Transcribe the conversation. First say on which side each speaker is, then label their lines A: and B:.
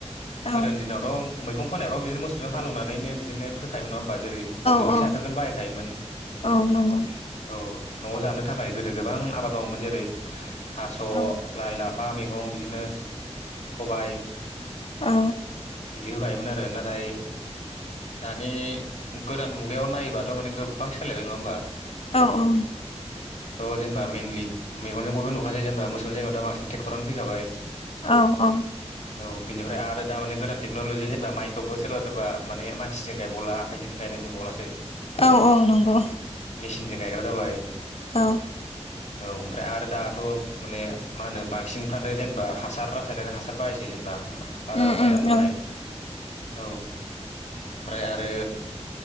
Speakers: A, on the left; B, on the left.
A: औ
B: गोदोनि दिनावथ' मैगं फोननायफ्राव बिदिनो मोसौजों हालेवनानैनो बिदिनो फोखायोमोन नङा होमबा जेरै
A: औ
B: गोबोरखि
A: औ
B: हासारखौनो बाहायखायोमोन
A: औ नंगौ
B: औ न'आव जानो थाखाय गोदो गोबां आबाद मावोमोन जेरै थ'
A: औ
B: लाइ लाफा मैगं बिदिनो सबाय
A: औ
B: बिदिखौ गायोमोन आरो नाथाय दानि गोदान मुगायाव नायोबाथ' माने गोबां सोलायबाय नङा होमबा
A: औ औ
B: जेनबा मेननलि मगजों बबो नख जेनेबाोौ जायगायाव दा बसिन ट्रेकटरानो फैखाबाय।
A: औ औ
B: औ बिनिफ्राय आरो दा माने गोदान टेक्न'लजि जेनेबा माइखौबो सोरबा सोरबा माने मानसिजों गायबावला आखाइजों गायनाय नुबावलासो
A: औ औ नंगौ।
B: मिसिनजों गायग्रा जाबाय
A: औ
B: औ ओमफ्राय आरो दाथ' माने मा होनो बांसिनफ्रानो जेनेबा हासार रासायनारि हासार बाहायसै जेनेबा बाजाराव
A: उम उम
B: बायना मोननाय
A: औ
B: औ ओमफ्राय आरो